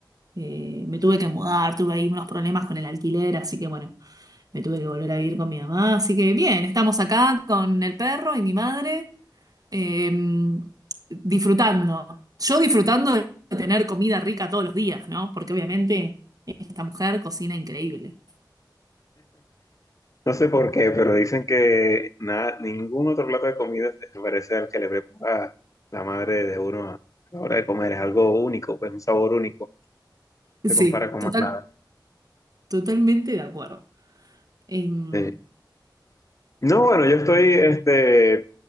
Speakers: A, on the right (about 50°); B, on the left (about 40°).
A: Eh, me tuve que mudar, tuve ahí unos problemas con el alquiler, así que bueno, me tuve que volver a vivir con mi mamá. Así que bien, estamos acá con el perro y mi madre eh, disfrutando. Yo disfrutando de tener comida rica todos los días, ¿no? Porque obviamente esta mujer cocina increíble.
B: No sé por qué, pero dicen que nada, ningún otro plato de comida se parece al que le prepara la madre de uno a a la hora de comer. Es algo único, pues un sabor único.
A: Sí,
B: Se compara con
A: total,
B: más nada.
A: totalmente de acuerdo. Em,
B: Sí. No, bueno, yo estoy este,